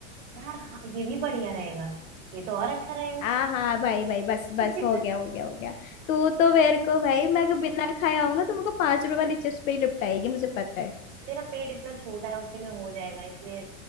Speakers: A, on the right (about 60°); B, on the left (about 85°).
A: यार हाँ ये भी बढ़िया रहेगा ये तो और अच्छा रहेगा
B: हाँ हाँ भाई भाई बस बस
A: <laughs>
B: हो गया हो गया हो गया तू तो मेरे को भाई मैं अगर बिना खाया हूं ना तो मेरे को पांच रुपए वाली चिप्स पे ही निपटाएगी मुझे पता है
A: तेरा पेट इतना छोटा है उसी में हो जाएगा इसलिए